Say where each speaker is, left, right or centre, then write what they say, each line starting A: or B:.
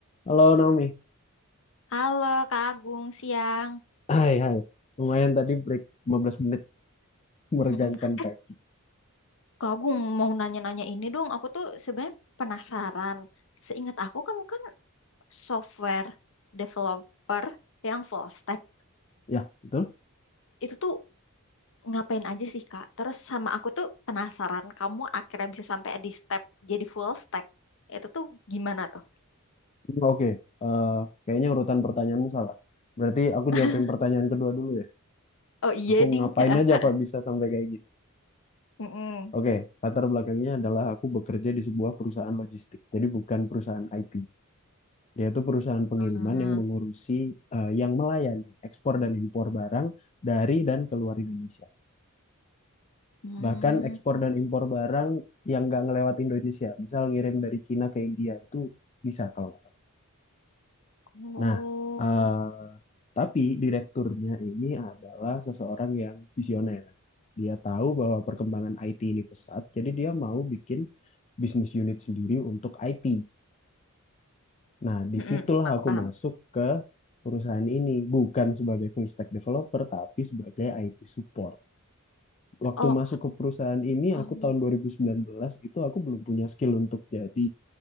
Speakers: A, on the left (about 30°); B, on the left (about 65°).
A: Halo Naomi.
B: Halo Kak Agung, siang.
A: Hai, hai. Lumayan tadi break 15 menit meregangkan
B: Mm-mm. Eh,
A: kaki.
B: Kak Agung mau nanya-nanya ini dong. Aku tuh sebenarnya penasaran. Seingat aku kamu kan software developer yang full stack.
A: Ya, betul?
B: Itu tuh ngapain aja sih Kak? Terus sama aku tuh penasaran kamu akhirnya bisa sampai di step jadi full stack. Itu tuh gimana tuh?
A: Hmm, Oke. Eh, kayaknya urutan pertanyaan salah. Berarti aku
B: <laughs>
A: jawab yang pertanyaan kedua dulu ya.
B: Oh iya
A: Aku
B: ding.
A: ngapain
B: <laughs>
A: aja kok bisa sampai kayak gini.
B: Mm-mm.
A: Oke, latar belakangnya adalah aku bekerja di sebuah perusahaan logistik. Jadi bukan perusahaan IT. Dia itu perusahaan pengiriman
B: Ah.
A: yang mengurusi eh, yang melayani ekspor dan impor barang dari dan keluar Indonesia.
B: Hmm.
A: Bahkan ekspor dan impor barang yang nggak ngelewat Indonesia, misal ngirim dari Cina ke India itu bisa kalau nggak salah.
B: Oh.
A: Nah, eh, tapi direkturnya ini adalah seseorang yang visioner. Dia tahu bahwa perkembangan IT ini pesat, jadi dia mau bikin bisnis unit sendiri untuk IT. Nah, disitulah
B: Mm-mm. Aku
A: aku
B: paham.
A: masuk ke perusahaan ini, bukan sebagai full stack developer, tapi sebagai IT support. waktu
B: Oh.
A: masuk ke perusahaan ini
B: oh.
A: aku tahun 2019 itu aku belum punya skill untuk jadi